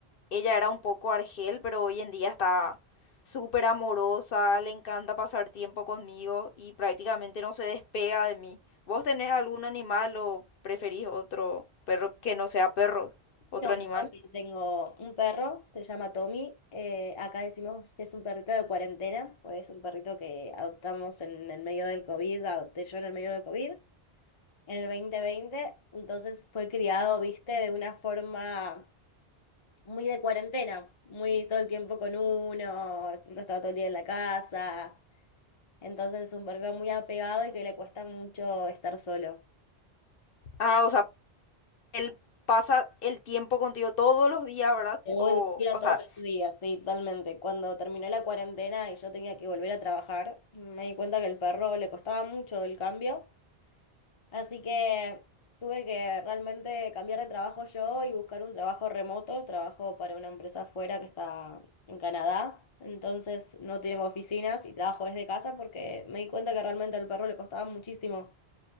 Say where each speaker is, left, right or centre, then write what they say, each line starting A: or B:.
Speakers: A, on the left; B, on the left.
A: ella era un poco argel, pero hoy en día está súper amorosa, le encanta pasar tiempo conmigo y prácticamente no se despega de mí. ¿Vos tenés algún animal o preferís otro perro que no sea perro, otro
B: No,
A: animal?
B: yo también tengo un perro, se llama Tommy. eh, acá decimos que es un perrito de cuarentena, pues es un perrito que adoptamos en el medio del COVID, adopté yo en el medio del COVID, en el 2020. Entonces fue criado, viste, de una forma muy de cuarentena, muy todo el tiempo con uno, no estaba todo el día en la casa. Entonces es un perrito muy apegado y que le cuesta mucho estar solo.
A: Ah, o sea, él pasa el tiempo contigo todos los días, ¿verdad?
B: Todo
A: O,
B: el día,
A: o
B: todos
A: sea,
B: los días, sí, totalmente. Cuando terminó la cuarentena y yo tenía que volver a trabajar, me di cuenta que el perro le costaba mucho el cambio, así que tuve que realmente cambiar de trabajo yo y buscar un trabajo remoto. Trabajo para una empresa afuera que está en Canadá, entonces no tenemos oficinas y trabajo desde casa porque me di cuenta que realmente al perro le costaba muchísimo.